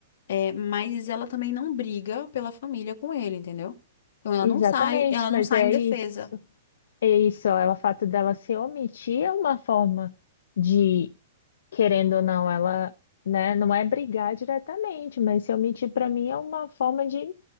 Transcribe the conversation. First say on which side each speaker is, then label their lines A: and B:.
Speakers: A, on the left; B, on the left.
A: É, mas ela também não briga pela família com ele, entendeu? Então ela
B: Exatamente,
A: não sai, ela não
B: mas
A: sai
B: é
A: em defesa.
B: isso. É isso, ela, o fato dela se omitir é uma forma de querendo ou não, ela, né, não é brigar diretamente, mas se eu mentir para mim é uma forma de,